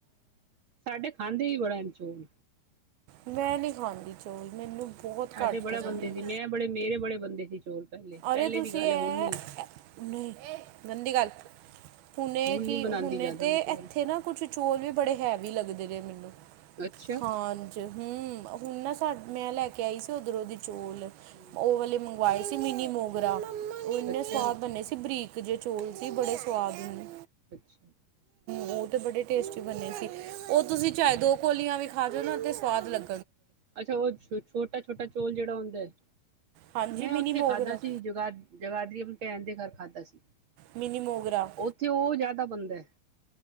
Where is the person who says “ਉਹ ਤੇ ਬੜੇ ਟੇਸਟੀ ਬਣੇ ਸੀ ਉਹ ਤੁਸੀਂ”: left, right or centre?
Right